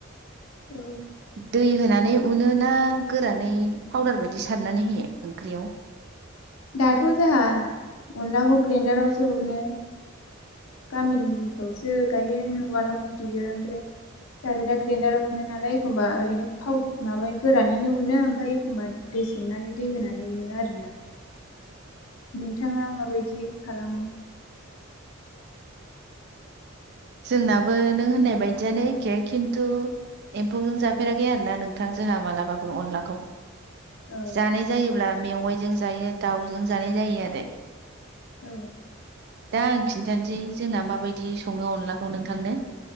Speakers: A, on the left; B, on the right.
A: औ
B: दै होनानै उनो ना गोरानै पावदार बायदि सारनानै होयो ओंख्रियाव
A: दाथ' जाहा अनलाखौ ग्रेन्डारावसो उनो गामिनिफ्रावसो गायहेन वालाव देयो ओमफ्राय आरो दा ग्रेडाराव उनो नालाय एखमबा ओरैनो फाव माबा गोरानैनो उनो ओमफ्राय एखमबा दै सोमनानै दै होनानै उनो आरोना नोंथाङा माबायदि खालामो
B: जोंनाबो नों होननाय बायदियानो एखे खिन्थु एम्फौजों जाफेराखै आरोना नोंथां जोंहा मालाबाबो अनलाखौ
A: औ
B: जानाय जायोब्ला मेवाइजों जायो दाउजों जानाय जायो आरो
A: औ
B: दा आं खिन्थानोसै जोंना माबायदि सङो अनलाखौ औ नोंथांनो